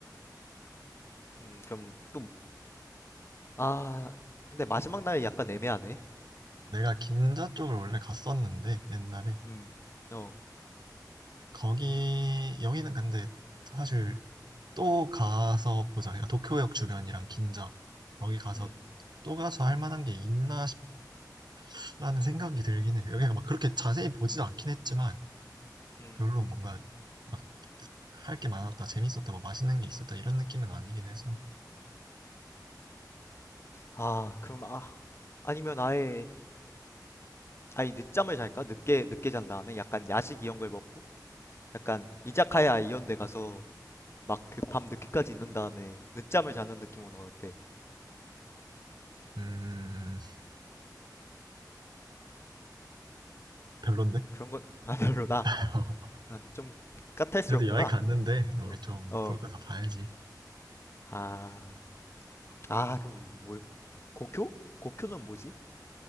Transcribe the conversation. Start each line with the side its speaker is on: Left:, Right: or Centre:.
Left: 음, 그럼 또 아, 근데 마지막 날이 약간 애매하네.
Right: 내가 긴자 쪽을 원래 갔었는데 옛날에
Left: 음, 어.
Right: 거기 여기는 근데 사실 또 가서 보자. 그러니까 도쿄역 주변이랑 긴자 여기 가서
Left: 음,
Right: 또 가서 할 만한 게 있나 싶라는 생각이 들긴 해. 여기가 막 그렇게 자세히 보지도 않긴 했지만
Left: 음.
Right: 별로 뭔가 막 할 게 많았다, 재밌었다, 뭐 맛있는 게 있었다 이런 느낌은 아니긴 해서
Left: 아, 그럼 아 아니면 아예 아니 늦잠을 잘까? 늦게 늦게 잔 다음에 약간 야식 이런 걸 먹고 약간 이자카야 이런 데 가서 막 그 밤 늦게까지 있는 다음에 늦잠을 자는 느낌은 어때?
Right: 음 별론데.
Left: 그런 건 아 별로다.
Right: <laughs>
Left: 아, 좀 까탈스럽구나.
Right: 그래도 여행 갔는데 우리
Left: 어.
Right: 좀
Left: 어.
Right: 볼 거 다 봐야지.
Left: 아, 아, 그럼 뭐, 고쿄? 고쿄는 뭐지?